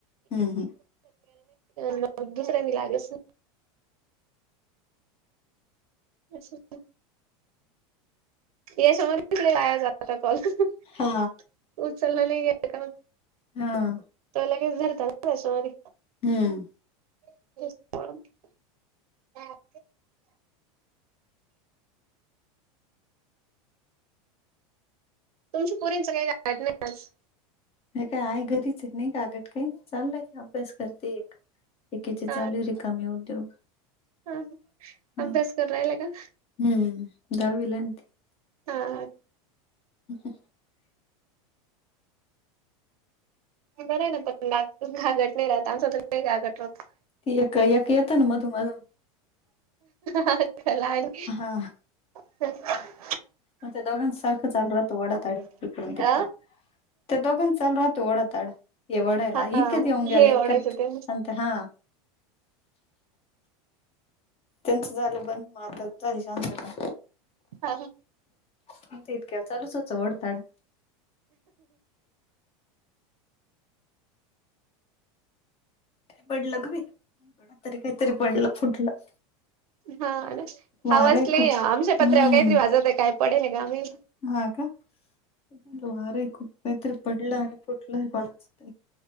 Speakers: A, on the left; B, on the right.
A: हम्म हम्म
B: <unintelligible> <unintelligible> दुसऱ्यांनी लागलस. <unintelligible> याच्यामध्ये <unintelligible> जाता कॉल उचलला
A: हा
B: नाही गेला का म
A: हां.
B: तो लगेच धरता ना त्याच्यामधी.
A: हम्म.
B: <unintelligible> तुमची पुरींचा <unintelligible> नाही आज.
A: हे काय आहेय घरीच आहे नाही कागट काय नाय चाललंय अभ्यास करते एक एकेचे
B: हा
A: चालू री कामी उद्योग
B: हा
A: हा
B: अभ्यास करायला का?
A: हम्म दहावीला आहे आन ती.
B: हा.
A: <unintelligible>
B: बरं आहे ना <unintelligible> घाघट नाही राहत आमचा तर काही लई घघाट राहतं.
A: ती एक एक येतं ना मधु-मधू.
B: हा कलान
A: हां.
B: <unintelligible>
A: पण ते दोघां सारखं चालू राहतं वाडा ताडी इकडून
B: अ
A: तिकडं. ते दोघान चालू राहतं ओडा ताडा ये ओडायला
B: हा
A: इतक्यानं येऊन गेलं
B: हे
A: इतक्यात
B: ओढायचं ते
A: आन ता हा त्यांचा झालं बंद म आता झाली शांतता.
B: हा हा.
A: पण ते इतक्या चालूच होचं वडताड. पडलं का बाई <inaudible> तरी काहीतरी पडलं फुटलं.
B: हा ना
A: वार
B: हावजली
A: आहे खूप
B: आमच्या
A: हम्म
B: पत्र्यावर काहीतरी वाजवतो आहे काय पडेल आहे का आम्ही.
A: हा का वारे खूप काहीतरी पडलं आणि फुटलं कोणाचं तरी.